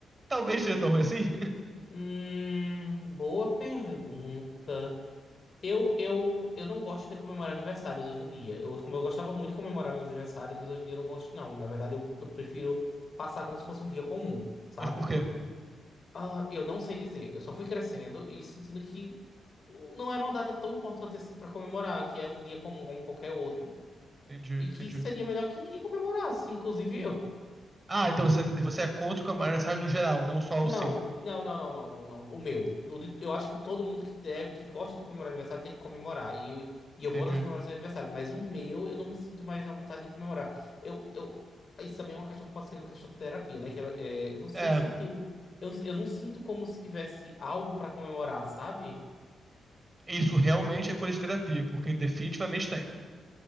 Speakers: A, on the right; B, on the left.
A: talvez seja tão ruim assim? <laughs>
B: Hum, boa pergunta. Eu, eu, eu não gosto de comemorar aniversários hoje em dia. Eu, como eu gostava muito de comemorar meus aniversários, mas hoje em dia eu não gosto, não. Na verdade, eu, eu prefiro passar como se fosse um dia comum, sabe?
A: Mas por quê?
B: Ah, eu não sei dizer. Eu só fui crescendo e sentindo que não era uma data tão importante assim para comemorar, que é um dia comum como qualquer outro,
A: Entendi,
B: e
A: entendi.
B: que seria melhor que ninguém comemorasse, inclusive eu.
A: Ah, então você, você é contra o camarada aniversário no geral, não só
B: Não,
A: o seu.
B: não, não, não, não, não, não. O meu. O de- Eu, acho que todo mundo que deve, que gosta de comemorar aniversário tem que comemorar. E, e eu
A: Entendi.
B: vou nas comemorações de aniversário. Mas o meu, eu não me sinto mais na vontade de comemorar. Eu, eu, isso também é uma questão que pode ser uma questão de terapia, né? Que eu, é, eu não sei
A: É,
B: se eu tenho. Eu, eu não sinto como se tivesse algo pra comemorar, sabe?
A: isso realmente é coisa de terapia, porque definitivamente tem.